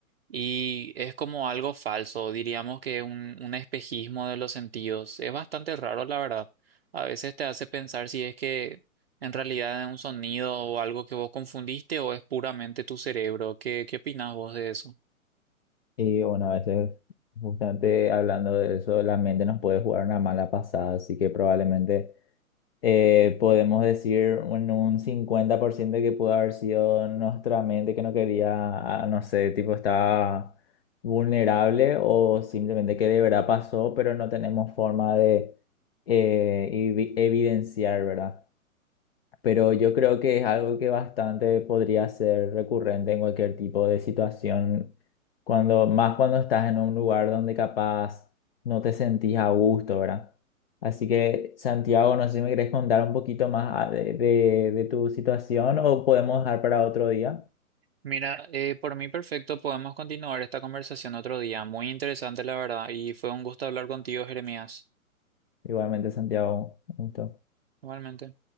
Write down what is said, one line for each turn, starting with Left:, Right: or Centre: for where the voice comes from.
Right: y es como algo falso, diríamos que un, un espejismo de los sentidos. Es bastante raro, la verdad. A veces te hace pensar si es que en realidad es un sonido o algo que vos confundiste o es puramente tu cerebro. ¿Qué, qué opinás vos de eso?
Left: Y bueno, a veces, justamente hablando de eso, la mente nos puede jugar una mala pasada, así que probablemente eh, podemos decir en un 50% que pudo haber sido nuestra mente que no quería, ah, no sé, tipo estaba vulnerable o simplemente que de verdad pasó, pero no tenemos forma de eh, evi- evidenciar, ¿verdad? pero yo creo que es algo que bastante podría ser recurrente en cualquier tipo de situación, cuando, más cuando estás en un lugar donde capaz no te sentís a gusto, ¿verdad? Así que, Santiago, no sé si me querés contar un poquito más ah, de, de de tu situación o podemos dejar para otro día.
Right: Mira, eh, por mí perfecto, podemos continuar esta conversación otro día. Muy interesante, la verdad, y fue un gusto hablar contigo, Jeremías.
Left: Igualmente, Santiago, un gusto.
Right: Igualmente.